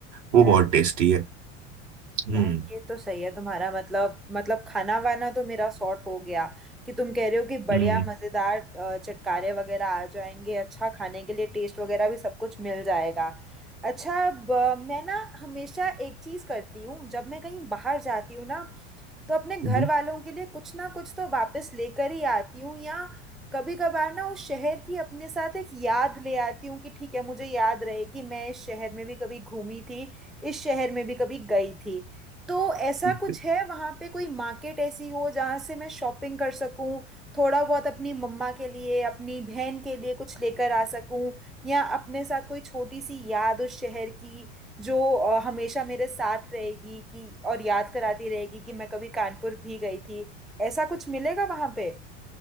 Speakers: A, on the right (about 65°); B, in the centre.
A: वो
B: हाँ
A: बहुत टेस्टी है हम्म
B: यार ये तो सही है तुम्हारा मतलब मतलब खाना वाना तो मेरा सॉर्ट हो गया कि तुम कह रहे हो कि बढ़िया
A: हम्म
B: मजेदार अ, चटकारे वगैरह आ जाएंगे अच्छा खाने के लिए टेस्ट वगैरह भी सब कुछ मिल जाएगा अच्छा अब अ, मैं ना हमेशा एक चीज करती हूँ जब मैं कहीं बाहर जाती हूँ ना तो अपने घर
A: हम्म,
B: वालों के लिए कुछ ना कुछ तो वापस लेकर ही आती हूँ या कभी कभार ना उस शहर की अपने साथ एक याद ले आती हूँ कि ठीक है मुझे याद रहे कि मैं इस शहर में भी कभी घूमी थी इस शहर में भी कभी गई थी तो ऐसा
A: हम्म,
B: कुछ है वहाँ पे कोई मार्केट ऐसी हो जहाँ से मैं शॉपिंग कर सकूँ थोड़ा बहुत अपनी मम्मा के लिए अपनी बहन के लिए कुछ लेकर आ सकूँ या अपने साथ कोई छोटी सी याद उस शहर की जो अ, हमेशा मेरे साथ रहेगी कि और याद कराती रहेगी कि मैं कभी कानपुर भी गई थी ऐसा कुछ मिलेगा वहां पे